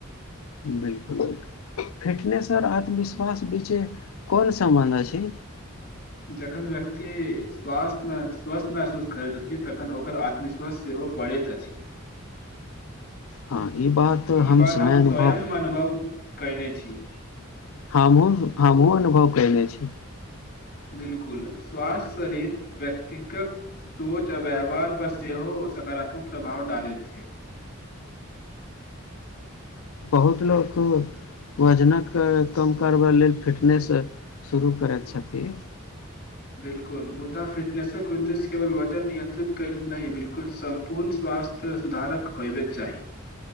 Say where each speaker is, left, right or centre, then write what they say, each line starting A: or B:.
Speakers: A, on the left (about 80°); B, on the left (about 50°).
A: बिलकुल फिटनेस आओर आत्मविश्वास बीचे कोन सम्बन्ध छै
B: जखन व्यक्ति स्वास्थ्यमे स्वस्थ महसूस करैत अछि तखन ओकर आत्मविश्वास सेहो बढ़ैत अछि
A: हँ ई बात
B: ई बात हम
A: अनुभव
B: स्वयं अनुभव कहिनेे छी
A: हमहुँ हमहुँ अनुभव कने छी
B: बिलकुल स्वास्थ्य शरीर व्यक्तिगत सोच आ व्यवहार पर सेहो सकारात्मक प्रभाव डालैत छै
A: बहुत लोक वजनक कम करबै लेल फिटनेस शुरू करैत छथिन
B: बिलकुल मुदा फिटनेसक उद्देश्य केवल वजन नियन्त्रित कयल नहि बिलकुल सम्पूर्ण स्वास्थ्य सुधारक होयबाक चाही